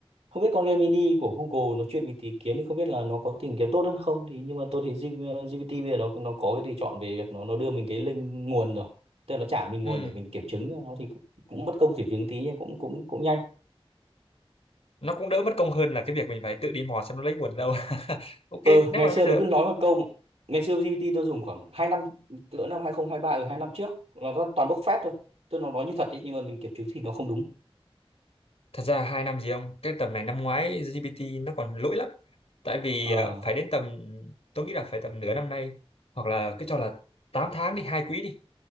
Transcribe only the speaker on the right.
không biết con Gemini của Google nó chuyên về tìm kiếm thì không biết là nó có tìm kiếm tốt hay không thì nhưng mà tôi thấy G- GPT bây giờ nó nó có cái tùy chọn về việc nó nó đưa mình cái link nguồn rồi tức là nó trả mình
nguồn để mình kiểm chứng cho nó thì cũng, cũng mất công kiểm chứng tí nhưng cũng cũng cũng nhanh
Ờ,
ngày
xưa
nó cứ nói một câu ngày xưa GPT tôi dùng khoảng hai năm cỡ năm hai không hai ba ở 2 năm trước nó toàn toàn bốc phét thôi tôi nó nói như thật ý, nhưng mà mình kiểm chứng thì nó không đúng
ờ